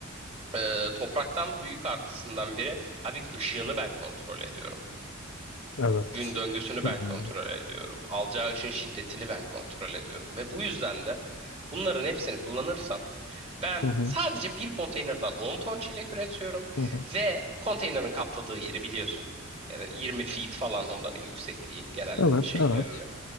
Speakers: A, on the right; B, on the left.
A: e, topraktan büyük artısından biri abi ışığını ben kontrol ediyorum.
B: evet.
A: gün döngüsünü
B: Hmm,
A: ben kontrol ediyorum. Alacağı ışın şiddetini ben kontrol ediyorum. Ve bu yüzden de bunların hepsini kullanırsam ben
B: Hı hı,
A: sadece bir konteynerden 10 ton çilek üretiyorum
B: hı hı.
A: ve konteynerin kapladığı yeri biliyorsun. Yani 20 feet falan onların yüksekliği genel
B: Evet,
A: şeylerini.
B: evet.